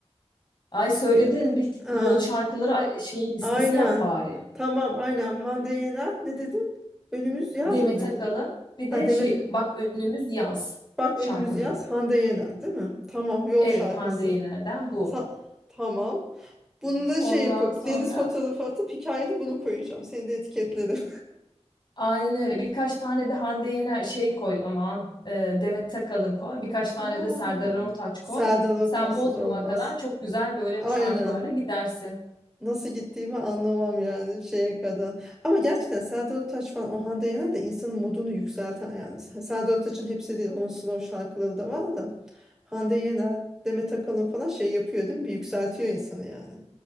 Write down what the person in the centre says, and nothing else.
Ya,
ha,
aynen.
Tamam aynen. Hande Yener ne dedin? Önümüz yaz
mı dedi?
Ha
demin
bak
önümüz yaz
Hande Yener değil mi? Tamam yol
şarkısı.
Sa- tamam. Bunu da
şey yapıp
deniz fotoğrafı atıp hikayede bunu koyacağım. Seni de etiketlerim.
<laughs> Aha.
Serdar Ortaç'sız
olmaz.
Aynen.
Nasıl gittiğimi anlamam yani şeye kadar. Ama gerçekten Serdar Ortaç falan o Hande Yener de insanın modunu yükselten yani. S- Serdar Ortaç'ın hepsi değil onun slow şarkıları da var da. Hande Yener, Demet Akalın falan şey yapıyor değil mi? Bir yükseltiyor insanı yani.